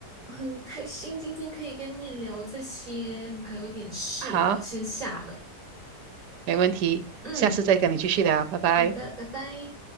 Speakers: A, on the right; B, on the right.
A: 很开心今天可以跟你聊这些，我还有点事，
B: 好，
A: 我要先下了。
B: 没问题，
A: 嗯，
B: 下次再跟你继续聊，拜拜。
A: 好的，拜拜。